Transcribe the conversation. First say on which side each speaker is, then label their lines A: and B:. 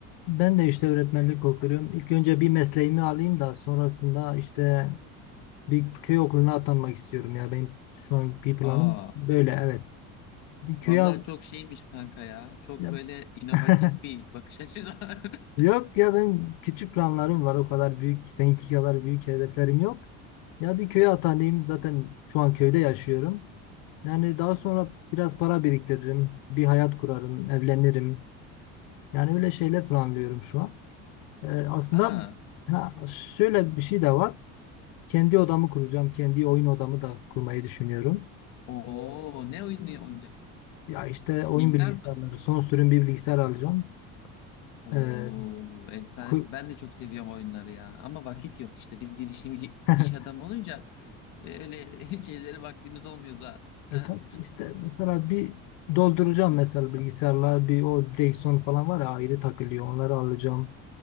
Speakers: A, on the left (about 80°); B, on the left (about 60°).
A: ben de işte öğretmenlik okuyorum. İlk önce bir mesleğimi alayım da sonrasında işte bir köy okuluna atanmak istiyorum ya. Benim şu an bir planım
B: Aa,
A: böyle evet. Bir köy
B: vallahi
A: al...
B: çok şeymiş kanka ya. Çok
A: Ya-
B: böyle inovatif
A: <laughs>
B: bir bakış açısı var. <laughs>
A: yok ya benim küçük planlarım var o kadar büyük seninki kadar büyük hedeflerim yok. Ya bir köye atanayım zaten şu an köyde yaşıyorum. Yani daha sonra biraz para biriktiririm, bir hayat kurarım, evlenirim. Yani öyle şeyler planlıyorum şu an. Ee, aslında
B: Aa,
A: ha, şöyle bir şey de var. Kendi odamı kuracağım. Kendi oyun odamı da kurmayı düşünüyorum.
B: oo, ne oyunu oynayacaksın?
A: Ya işte oyun
B: Bilgisayar
A: bilgisayarları,
B: mı?
A: son sürüm bir bilgisayar alacağım.
B: Oo,
A: Ee,
B: efsanesi.
A: kur-
B: Ben de çok seviyorum oyunları ya. Ama vakit yok işte. Biz girişimci
A: <laughs>
B: iş adamı olunca e, öyle <laughs> hiç elleri vaktimiz olmuyor zaten. Ha.
A: E tabii işte mesela bir dolduracağım
B: Hı.
A: mesela bilgisayarlar bir o direksiyon falan var ya ayrı takılıyor onları alacağım.